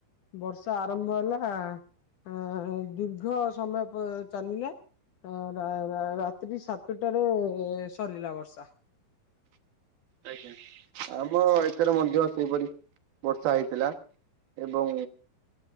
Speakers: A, on the left (about 70°); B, on the right (about 70°).
A: ବର୍ଷା ଆରମ୍ଭ ହେଲା ଆ ଦୀର୍ଘ ସମୟ ପ ଚାଲିଲେ ଆ ରା -ରା ରାତ୍ରି ସାତଟାରେ ସରିଲା ବର୍ଷା।
B: ଆଜ୍ଞା ଆମ ଏଥିରେ ମଧ୍ୟ ସେଇପରି ବର୍ଷା ହେଇଥିଲା। ଏବଂ